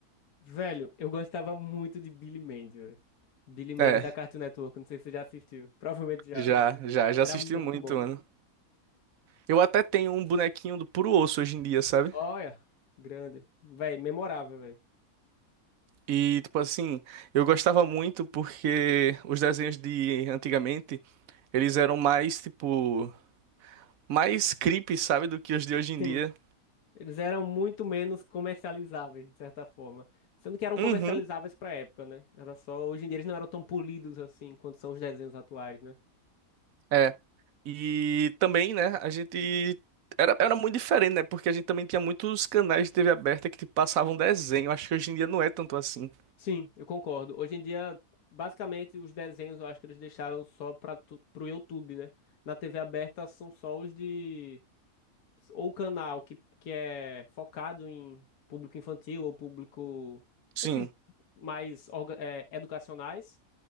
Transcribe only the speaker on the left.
Velho, eu gostava muito de Billy Mandy, velho. Billy Mandy
da Cartoon Network, não sei se você já assistiu. Provavelmente já,
né?
Era
muito
bom.
Olha, grande. Véi, memorável, véi.
Sim,
eles eram muito menos comercializáveis, de certa forma. Sendo que eram
comercializáveis pra época, né? Era só. Hoje em dia eles não eram tão polidos assim quanto são os desenhos atuais, né?
Sim, eu concordo. Hoje em dia, basicamente, os desenhos eu acho que eles deixaram só para pro YouTube, né? Na TV aberta são só os de. Ou canal que, que é focado em público infantil ou público.
Esses mais orga- é, educacionais.